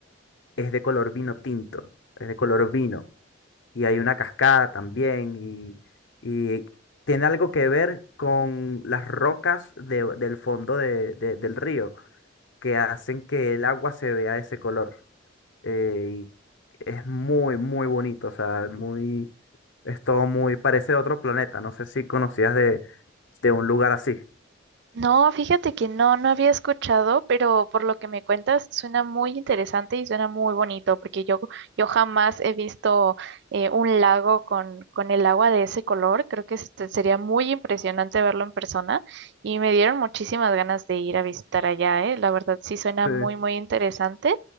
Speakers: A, on the left; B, on the right.
A: es de color vino tinto, es de color vino. Y hay una cascada también y, y tiene algo que ver con las rocas de- del fondo de- de- del río que hacen que el agua se vea de ese color. eh, y es muy, muy bonito, o sea, muy, es todo muy, parece otro planeta. No sé si conocías de, de un lugar así.
B: No, fíjate que no, no había escuchado, pero por lo que me cuentas suena muy interesante y suena muy bonito, porque yo, yo jamás he visto eh, un lago con, con el agua de ese color. Creo que este, sería muy impresionante verlo en persona y me dieron muchísimas ganas de ir a visitar allá, ¿eh? La verdad sí suena
A: Sí,
B: muy, muy interesante.